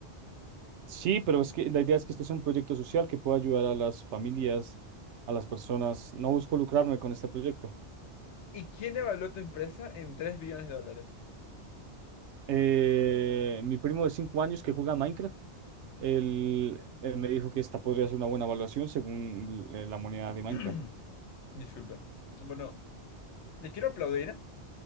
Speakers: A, on the right; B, on the left.
A: Sí, pero es que la idea es que esto es un proyecto social que pueda ayudar a las familias, a las personas. No busco lucrarme con este proyecto.
B: ¿Y quién evaluó tu empresa en 3 billones de dólares?
A: Eh, mi primo de cinco años que juega a Minecraft Él, él me dijo que esta podría ser una buena evaluación según l- eh, la moneda de Minecraft.
B: <clears throat> Disculpe. Bueno, Le quiero aplaudir